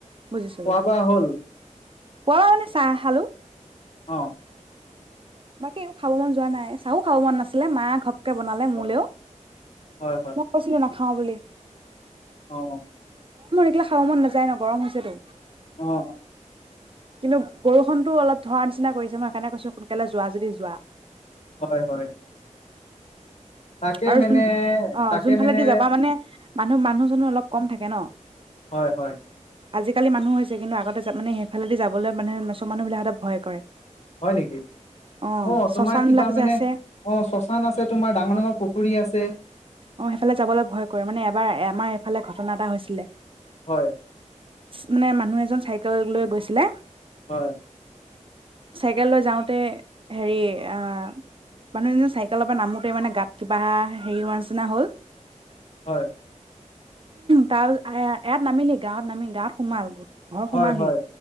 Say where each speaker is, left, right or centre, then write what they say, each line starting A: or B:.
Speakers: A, on the right; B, on the left.
A: বুজিছ
B: খোৱা
A: বুজিছ
B: বোৱা হ'ল
A: পোৱা মানে চাহ খালো
B: অ
A: বাকী একো খাব মন যোৱা নাই চাও খাব মন নাছিলে মা ঘ বনালে
B: হয়
A: মোলেও
B: হয় হয়
A: মই কৈছিলো ন খাও বুলি
B: অ
A: দেখিলে খাব মন নাযায় ন গৰম হৈছেতো
B: অ অ
A: কিন্তু বৰষুণতো অলপ ধৰা নিচিনা কৰিছে মই সেই কাৰণে কৈছো কলে যোৱা যদি যোৱা
B: হয় হয় তাকে
A: আৰু
B: মানে
A: যোন অ
B: তাকে
A: যোন
B: মানে
A: ফালেদি যাবা মানে মানুহ মানুহ জনো অলপ কম থাকে ন
B: হয় হয়
A: আজিকালি মানুহ হৈছে কিন্তু আগতে মানে সেইফালেদি যাবলৈ মানেৰ মানুহবিলাকঁতে ভয় কৰে
B: হয় নেকি
A: অঁ
B: অ
A: শশানবিলাক
B: তোমাৰ কিবা মানে
A: যে আছে
B: অ শশান আছে তোমাৰ ডাঙৰ ডাঙৰ পুখ কৰি আছে
A: অ সেইফালে যাবলৈ ভয় কৰে মানে এবাৰ আমাৰ এইফালে ঘটনা এটা হৈছিলে
B: হয়
A: মানে মানুহ এজন চাইকেল লৈ গৈছিলে
B: হয়
A: চাইকেল লৈ যাওঁতে হেৰি অ মানুহ এ চাইকেলৰ পৰা নামোতে মানে গাত কিবা হেৰি হোৱা চিনা হ'ল
B: হয়
A: তাৰ পাছত ইয়াত নামিলি গাঁৱত নামি গাঁৱত সোমাল গোট ঘৰ
B: হয়
A: সোমালহি
B: হয়